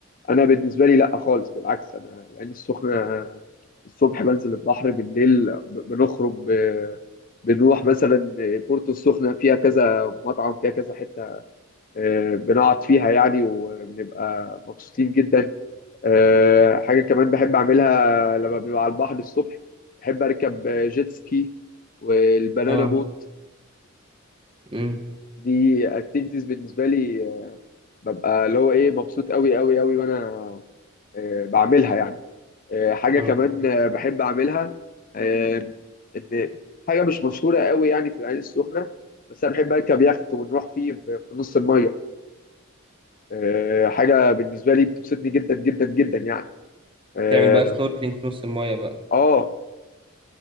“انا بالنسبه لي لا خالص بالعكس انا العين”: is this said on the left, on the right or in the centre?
Left